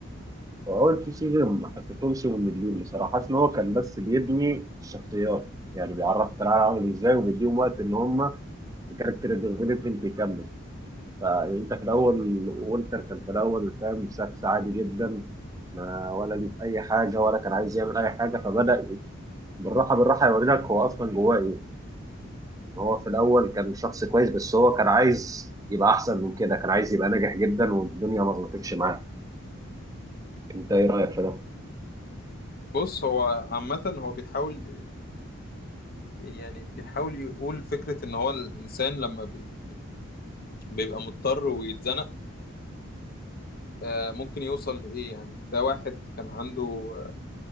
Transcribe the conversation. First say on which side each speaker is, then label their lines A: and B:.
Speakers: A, on the right; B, on the left.
A: هو التو سيزون ما حسيتهمش مملين بصراحه حاسس ان هو كان بس بيبني الشخصيات يعني بيعرفك العالم عامل ازاي وبيديهم وقت ان هم الكاركتر ديفلوبمنت يكمل فانت في الاول وولتر كان في الاول فاهم شخص عادي جدا ما ولا ليه في اي حاجه ولا كان عايز يعمل اي حاجه فبدا بالراحه بالراحه يوري لك هو اصلا جواه ايه ان هو في الاول كان شخص كويس بس هو كان عايز يبقى احسن من كده كان عايز يبقى ناجح جدا والدنيا ما ظبطتش معاه انت ايه رايك في ده؟
B: بص هو عامة هو بيحاول يعني بيحاول يقول فكرة إن هو الإنسان لما بي- بيبقى مضطر ويتزنق آه، ممكن يوصل لإيه يعني ده واحد كان عنده آه،